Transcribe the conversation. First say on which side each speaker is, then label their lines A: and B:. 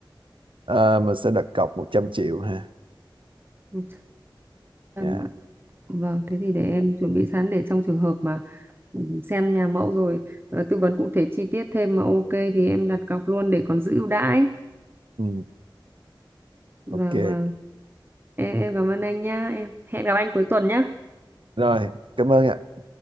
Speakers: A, on the right; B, on the right.
A: À, mình sẽ đặt cọc 100 triệu ha
B: một trăm
A: dạ
B: ạ. Vâng, thế thì để em chuẩn bị sẵn để trong trường hợp mà ừ, xem nhà mẫu rồi ờ, tư vấn cụ thể chi tiết thêm mà ok thì em đặt cọc luôn để còn giữ ưu đãi.
A: ừ,
B: Vâng
A: ok
B: vâng. Em em cảm ơn anh nhá. Em hẹn gặp anh cuối tuần nhá.
A: rồi cảm ơn ạ